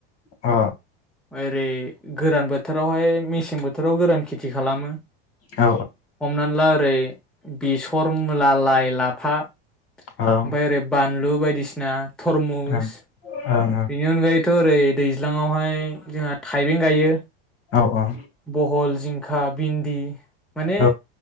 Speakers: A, on the left (about 50°); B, in the centre.
A: अ।
B: ओरै गोरान बोथोरावहाय मेसें बोथोराव गोरान खेथि खालामो।
A: औ
B: हमनान ला। रै बेसत। मुला लाइ लाफा। ओमफ्राय
A: औ ओं
B: बान लु बायदिसिना। थरमुस
A: ओं ओं
B: बेनि अनगायैथ' ओरै दैज्लाङावहाय जोंहा थाइबें गायो
A: औ औ
B: बहल जिंखा भिन्दि माने
A: औ